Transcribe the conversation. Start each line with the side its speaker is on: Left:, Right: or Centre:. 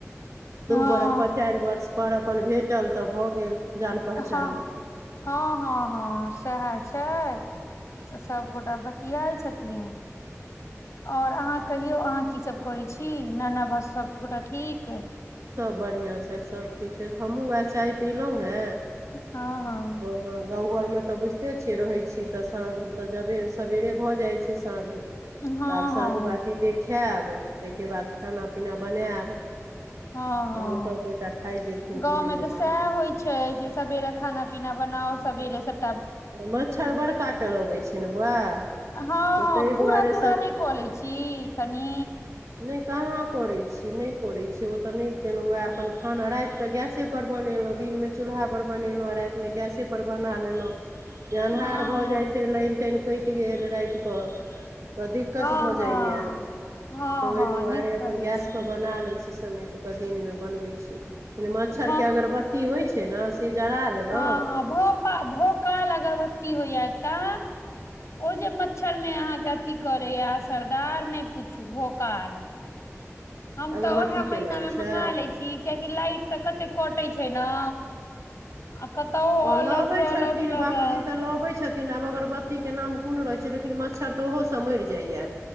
Left: हँ
Right: दू बरष पर चारि वर्ष पर अपन भेटल तऽ भऽ गेल जान पहचान
Left: हँ हँ हँ हँ सेहै छै तऽ सबगोटा बतियाइ छथिन और आहाँ कहियौ अहाँ की सब करै छी नाना बस सब गोटा ठीक
Right: सभ बढ़िआँ छथि सब ठीक छथि हमहूँ उएह चाय पिलहुँ हे
Left: हाँ हाँ
Right: हँ गाँव घर में तऽ बुझिते छियै रहै छी तऽ साँझ तऽ जबे सबेरे भऽ जाइ छै साँझ तऽ
Left: हँ
Right: आब साँझ
Left: हँ
Right: बाती देखैब ताहिके बाद खाना पीना बनैब
Left: हँ हँ
Right: तहन सबगोटा खाय जेथिन
Left: गाँव
Right: पिबै
Left: में
Right: जेथिन
Left: तऽ सएह होइ छै जे सबेरे खाना पीना बनाओ सबेरे सब
Right: मच्छर बड़ काट लगै छै ने बौआ
Left: हँ हँ
Right: तऽ ताहि
Left: घूरा
Right: दुआरे
Left: तूरा नय कऽ लै छी कनी
Right: नय कहाँ करै छी नय करै छी ओ तऽ नय केलहुँ उएह अपन खाना राइत क गैस गैसेपर बनेलहुँ दिनमे चूल्हापर बनेलहुँ आ रातिमे गैसेपर बना लेलहुँ अन्हार
Left: हँ हँ
Right: भऽ जाइ छै लाइन ताानि कटि गेल रातिक कऽ तऽ दिक्कत
Left: हँ
Right: भऽ
Left: हँ
Right: जाइया
Left: हँ
Right: तऽ ओहि
Left: हँ
Right: दुआरे
Left: नीक
Right: अपन
Left: करै
Right: गैस
Left: छी
Right: पर बना ले छी समेट के दिन में बनवे छीयिन मच्छर
Left: हँ
Right: के अगरबत्ती होय छै ने से जरा लेलहुँ
Left: हँ हँ भोपा भोकाल अगरबत्ती होइया एकटाऽ ओ जे मच्छर में अहाँके अथी करे या सरदार नय पूछू भोकाल हम
Right: अगरबत्तीके
Left: तऽ उएह महीना
Right: नाम
Left: मे मंगा
Right: छै
Left: लै छी कियाकि लाइट तऽ कते कटे छै ने अक तऽ ओ ऑल
Right: लबै
Left: आउट च ऑल
Right: छथिन
Left: आउट लगा
Right: बाबूजी तऽ लबै छथि लिन आब अगरबत्तीके नाम कोन रहैत छै लेकिन मच्छर तऽ ओहोसँ मरि जाइए